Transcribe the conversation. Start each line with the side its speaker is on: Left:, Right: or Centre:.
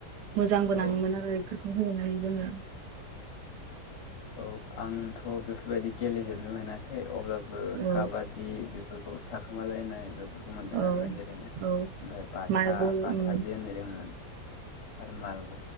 Right: मोजां बो
Left: औ
Right: नाङोमोन आरो बेफोरखौ गेलेनानै जोङो।
Left: औ आंथ' बेफोर बायदि गेलेफोरनो मोनाखै अब्लाबो
Right: औ
Left: काबादि बेफोर थाखुमालायनाय बेखौ बेफोरखौ मोन्दों
Right: औ
Left: आरोना गेलेनो
Right: औ
Left: ओमफ्राय बाथा
Right: मार्बल
Left: बाथाजो
Right: उम
Left: होननाय दंमोन। आरो माल